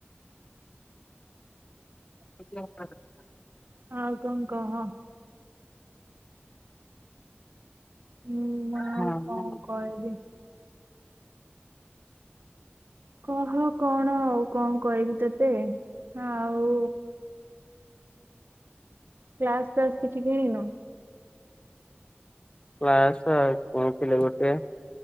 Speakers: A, on the left (about 25°); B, on the right (about 60°).
A: <unintelligible>
B: ହଁ ଅଉ କଣ କହ? ହୁଁ ମା ଆଉ
A: ହଁ
B: କଣ କହିବି? କହ କଣ ଆଉ କଣ କରହିବି ତତେ ଆଉ ଗ୍ଲାସ ଫ୍ଲାସ କିଛି କିଣିନୁ?
A: କ୍ଲାସ କରିଥିଲି ଗୋଟେ